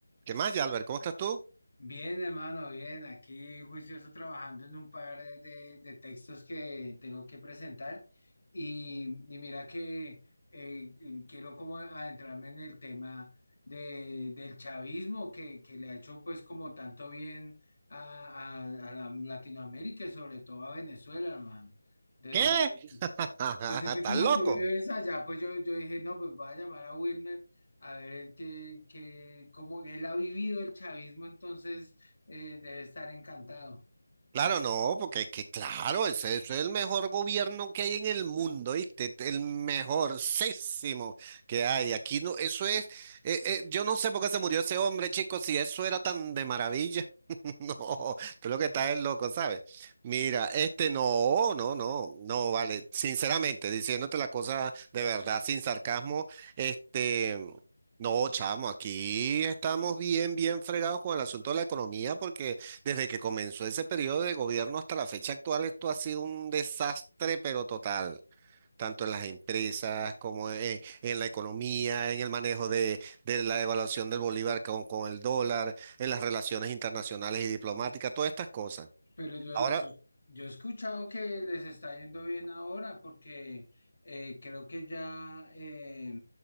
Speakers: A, on the right; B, on the left.
A: ¿Qué más, Albert? ¿Cómo estás tú?
B: Bien, hermano, bien. Aquí juicioso trabajando en un par de, de- de textos que tengo que presentar. Y, y mira que eh, eh, quiero como adentrarme en el tema de, del chavismo que, que le ha hecho pues como tanto bien a, a- a la- Latinoamérica y sobre todo a Venezuela, hermano. Entonces
A: ¿Qué? <laughs>
B: pues es
A: ¿Estás
B: que como
A: loco?
B: tú vives allá, pues yo, yo dije, no, pues voy a llamar a Wilmer a ver el que, que, cómo él ha vivido el chavismo, entonces eh, debe estar encantado.
A: Claro, no, porque es que, claro, ese, ese es el mejor gobierno que hay en el mundo, ¿viste? El mejorcísimo que hay. Aquí no, eso es, eh, eh, yo no sé por qué se murió ese hombre, chicos, si eso era tan de maravilla. <laughs> No, tú lo que estás es loco, ¿sabes? Mira, este no, no, no, no, vale. Sinceramente, diciéndote la cosa de verdad, sin sarcasmo, este, no, chamo, aquí estamos bien, bien fregados con el asunto de la economía porque... Desde que comenzó ese periodo de gobierno hasta la fecha actual, esto ha sido un desastre, pero total, tanto en las empresas como e- en, la economía, en el manejo de, de la evaluación del bolívar con, con el dólar, en las relaciones internacionales y diplomáticas, todas estas cosas.
B: Pero yo,
A: Ahora,
B: yo, yo he escuchado que les está yendo bien ahora porque eh, creo que ya eh,